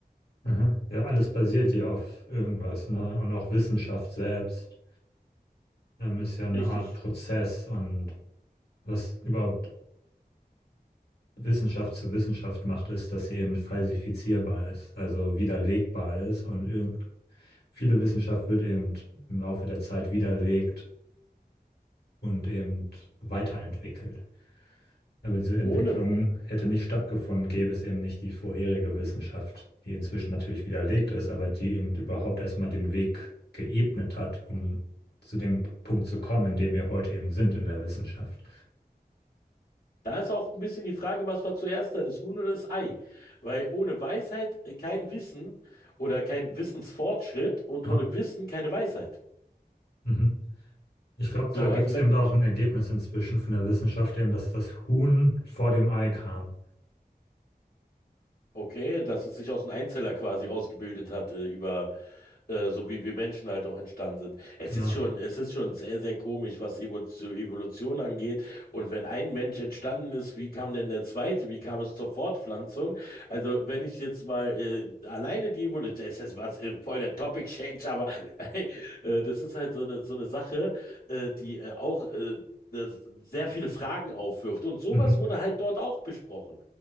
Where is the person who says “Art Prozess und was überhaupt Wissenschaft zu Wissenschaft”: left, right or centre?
Left